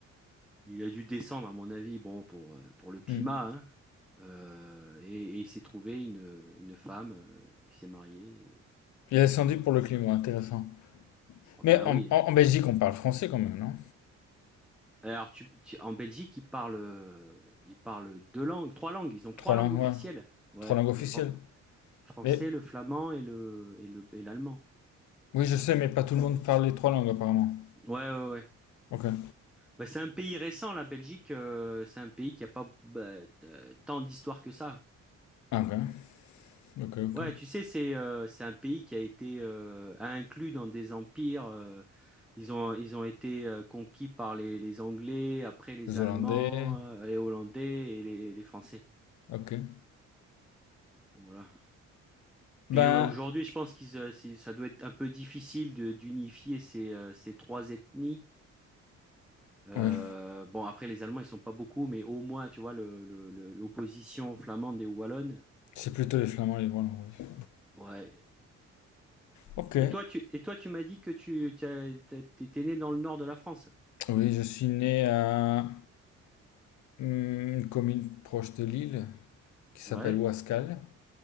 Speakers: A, in the centre; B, on the left.
A: Il a dû descendre, à mon avis, bon, pour, euh, pour le climat.
B: Hmm.
A: hein. Euh, et, et il s'est trouvé une, une femme. euh, il s'est marié. et
B: Il est descendu pour le climat,
A: voilà.
B: intéressant.
A: Oh,
B: Mais
A: bah
B: en,
A: oui.
B: en-
A: hein.
B: en Belgique, on parle français quand même, non?
A: Alors, tu, tu- en Belgique, ils parlent, euh, ils parlent deux langues, trois langues. Ils ont trois
B: Trois
A: langues
B: langues,
A: officielles.
B: ouais.
A: Ouais,
B: Trois langues officielles.
A: le fran- français,
B: Mais
A: le flamand et le et le et l'allemand.
B: oui, je sais, mais pas tout le monde parle les trois langues apparemment.
A: Ouais, ouais, ouais.
B: Ok.
A: Bah, c'est un pays récent, la Belgique. euh, c'est un pays qui a pas bah, euh, tant d'histoire que ça.
B: Ah, ok, ok, ok.
A: Ouais, tu sais, c'est euh, c'est un pays qui a été euh, inclus dans des empires. euh, ils ont ils ont été euh, conquis par les les Anglais, après les
B: Les
A: Allemands,
B: Hollandais,
A: euh, les Hollandais et les les Français.
B: ok.
A: Voilà.
B: Ben,
A: Puis euh, aujourd'hui, je pense qu'ils euh, si- ça doit être un peu difficile de d'unifier ces euh, ces trois ethnies. Euh,
B: oui,
A: bon, après, les Allemands, ils sont pas beaucoup, mais au moins, tu vois, le, le- le- l'opposition flamande et wallonne.
B: c'est plutôt les Flamands et les Wallons. oui.
A: Ouais.
B: Ok.
A: Et toi, tu, et toi, tu m'as dit que tu, tu t'as- t'étais né dans le nord de la France.
B: Oui, je suis né à hmm, une commune proche de Lille qui s'appelle
A: Ouais,
B: Ouascal.